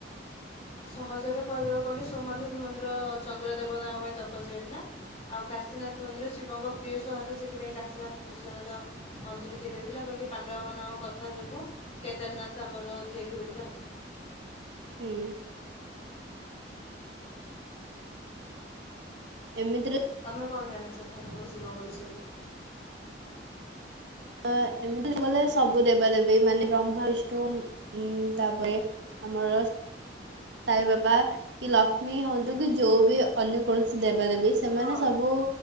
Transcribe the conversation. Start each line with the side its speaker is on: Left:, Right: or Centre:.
Left: ସହଜରେ କହିବାକୁ ଗଲେ ସୋମନାଥ ମନ୍ଦିର ଚନ୍ଦ୍ର ଦେବ ନା ପଚାଇଥିଲା ଆଉ କାଶୀନାଥ ମନ୍ଦିର ଶିବ ଆମ ପ୍ରିୟ ସହରରେ ସେଥିପାଇଁ କାଶୀନାଥ ବିଶ୍ୱନାଥ ମନ୍ଦିର ତିଆରି ହୋଇଥିଲା ପାଣ୍ଡବମାନଙ୍କ କଥା ଯୋଗୁଁ କେଦାରନାଥ ଆମର ତିଆରି ହୋଇଥିଲା।
Right: ହୁଁ ଏମିତି
Left: ତୁମେ କଣ ଜାଣିଛଟକ ଶିବଙ୍କ ବିଷୟରେ
Right: ଅ ଏମିତି ଗଲେ ସବୁ ଦେବା ଦେେବୀ ମାନେ ବ୍ରହ୍ମା ବିଷ୍ଣୁ ଉଁ ତାପରେ ଆମର ସାଇ ବାପା କି ଲକ୍ଷ୍ମୀ ହୁଅନ୍ତୁ କି ଯୋଉ ବି ଅନ୍ୟ କୌଣସି ଦେବା ଦେବ ସେମାନେ
Left: ହଁ
Right: ସବୁ